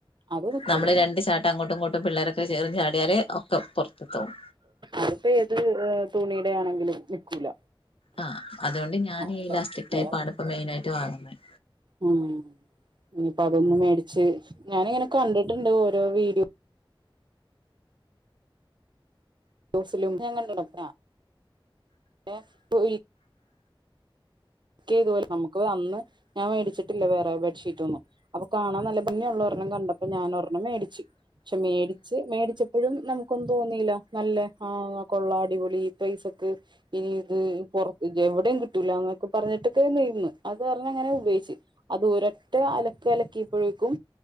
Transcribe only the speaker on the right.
അത് നിക്കൂല
അതിപ്പോ ഏത് തുണിടെ ആണെങ്കിലും നിക്കൂല
ആഹ്
ഇല്ലാത്ത
ഉം ഇനിപ്പ അതൊന്നാ മേടിച്ച് ഞാനിങ്ങനെ കണ്ടിട്ടുണ്ട് ഓരോ വീഡിയോ - ഇപ്പൊ <unintelligible> വീട്ടില് ക്ക് ഇത് പോലെ നമുക്ക് അന്ന് ഞാൻ മേടിച്ചിട്ടില്ല വേറെ ബെഡ്ഷീറ്റൊന്നും അപ്പൊ കാണാൻ നല്ല ഭംഗി ഉള്ള ഒരെണം കണ്ടപ്പോ ഞാൻ ഒരെണ്ണം മേടിച്ചു പക്ഷെ മേടിച്ച് മേടിച്ചപ്പോഴും നമുക്ക്- കൊണ്ട് വന്നീല നല്ല ആഹ് കൊള്ളാം അടിപൊളി പൈസക്ക് - ഇനി ഇത് പുറ എവിടെയും കിട്ടൂല എന്നൊക്കെ പറഞ്ഞിട്ടൊക്കെ നിന്ന് അത് പറഞ്ഞ അങ്ങനെ ഉപയോഗിച്ച് അത് ഒര് ഒറ്റ അലക്ക് അലക്കിയപ്പോഴേക്കും